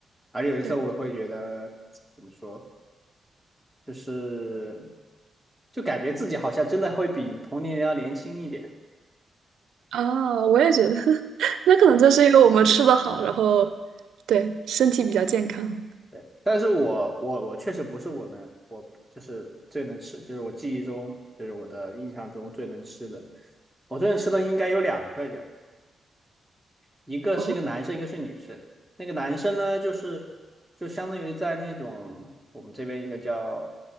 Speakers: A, in the centre; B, on the right.
A: 而且有的时候我会觉得怎么说，
B: 对，
A: 就是就感觉自己好像真的会比同龄人要年轻一点，
B: 啊，我也觉得，<laughs> 那可能就是因为我们吃的好，
A: 真的。
B: 然后对身体比较健康。
A: 对，但是我我我确实不是我们，我就是最能吃，就是我记忆中，就是我的印象中最能吃的。我最能吃的应该有两个人。一个是一个男生，
B: 哦，
A: 一个是女生。那个男生呢，就是就相当于在那种我们这边一个叫